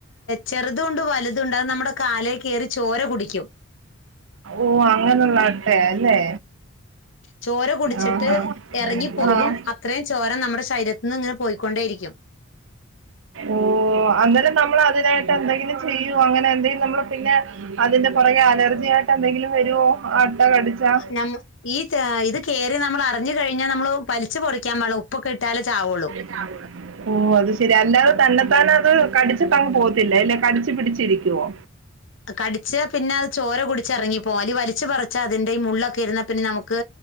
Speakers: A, on the left (about 60°); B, on the right (about 65°).
A: ചെറുതുണ്ട് വലുതുണ്ട് അത് നമ്മുടെ കാലേ കയറി ചോര കുടിക്കും
B: ഓഹ് അങ്ങനെയുള്ള അട്ടയാ അല്ലേ
A: ചോര കുടിച്ചിട്ട്
B: ആഹ് ആഹ്
A: ഇറങ്ങിപ്പോകും അത്രയും ചോര നമ്മുടെ ശരീരത്തിന്ന് ഇങ്ങനെ പോയിക്കൊണ്ടേയിരിക്കും
B: ഓഹ് അന്നേരം നമ്മൾ അതിനായിട്ട് എന്തെങ്കിലും ചെയ്യോ അങ്ങനെ എന്തെങ്കിലും നമ്മള് പിന്നെ അതിന്റെ പുറകെ അലർജി ആയിട്ട് എന്തെങ്കിലും വരുവോ അട്ട കടിച്ചാ
A: നമ്മ ഈ ഇത് കയറി നമ്മൾ അറിഞ്ഞു കഴിഞ്ഞാൽ നമ്മൾ വലിച്ച് പൊളിക്കാൻ പാടില്ല ഉപ്പൊക്കെ ഇട്ടാലേ ചാവുള്ളൂ
B: <unintelligible> ഓഹ് അത് ശരി അല്ലാതെ തന്നെത്താന അത് കടിച്ചിട്ടങ് പോകത്തില്ല അല്ലെ കടിച്ചു പിടിച്ചിരിക്കുവോ
A: കടിച്ച പിന്നെ അത് ചോര കുടിച്ച് ഇറങ്ങിപ്പോവും അല്ല വലിച്ച് പറിച്ചാ അതിന്റെ ഈ മുള്ളൊക്കെ ഇരുന്നാ പിന്നെ നമുക്ക്